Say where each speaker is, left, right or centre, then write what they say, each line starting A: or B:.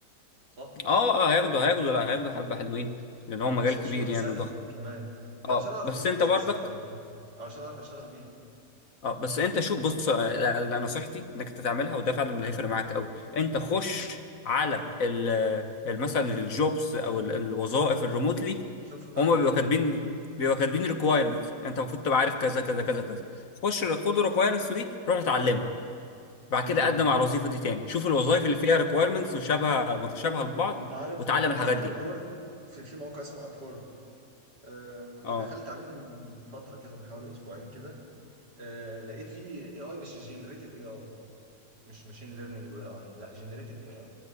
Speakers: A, on the right; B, on the left.
A: صح؟
B: اه اه هياخدوا هياخدوا لا هياخدوا حبة حلوين لان هو مجال
A: أو ست
B: كبير
A: شهور لسنه
B: يعني وضخم
A: كمان ده
B: اه
A: عشان اعرف
B: بس
A: البيزكس
B: انت برضك
A: يعني م- أو عشان اعرف اشتغل بيها
B: اه بس انت شوف بص آه، لا- لا، نصيحتي انك أنت تعملها وده فعلا اللي هيفرق معاك قوي انت خش على ال- ال- مثلا الجوبس او ال- الوظائف الريموتلي
A: شوف ايوه
B: هما بيبقوا كاتبين بيبقوا كاتبين ريكوايرمنت انت المفروض تبقى عارف كذا
A: مم.
B: كذا كذا كذا خش خد الريكوايرمنتس دي روح اتعلمها بعد
A: مم.
B: كده قدم على الوظيفه دي تاني شوف الوظائف اللي فيها ريكوايرمنتس مشابهه متشابهه لبعض
A: انت عارف
B: وتعلم
A: في
B: الحاجات
A: بتاعت
B: دي
A: ابور في في موقع اسمه ابور آه كنت
B: اه
A: دخلت عليه من فتره كده من حوالي اسبوعين كده آه لقيت فيه اي اي بس جنريتيف اي اي مش ماشين ليرنينج واي اي لا جنريتيف اي اي